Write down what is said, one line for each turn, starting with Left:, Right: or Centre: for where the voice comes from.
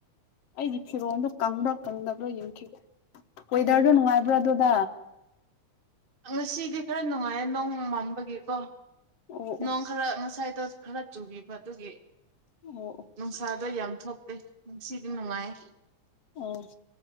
Left: ꯑꯩꯒꯤ ꯐꯤꯔꯣꯜꯗꯣ ꯀꯪꯕ꯭ꯔꯥ ꯀꯪꯗꯕ꯭ꯔꯥ ꯌꯦꯡꯈꯤꯒ꯭ꯔꯦ ꯋꯦꯗꯔꯣ
Right: ꯎꯝ
Left: ꯅꯅꯨꯡꯉꯥꯏ ꯄꯨ ꯑꯗꯨ <inaudible>
Right: ꯉꯁꯤꯗꯤ ꯈꯔ ꯅꯨꯡꯉꯥꯏꯌꯦ ꯅꯣꯡ ꯃꯝꯕꯒꯤꯀꯣ
Left: ꯑꯣ ꯑꯣ
Right: ꯅꯣꯡ ꯈꯔ ꯉꯁꯥꯏ ꯈꯔ ꯆꯨꯕꯤꯕ ꯑꯗꯨꯒꯤ
Left: ꯑꯣ ꯑꯣ
Right: ꯪꯁꯔ ꯑꯗꯣ ꯌꯥꯝ ꯊꯣꯛꯇꯦ ꯅꯨꯡꯁꯤꯗꯤ ꯅꯨꯡꯉꯥꯏ
Left: ꯑꯣ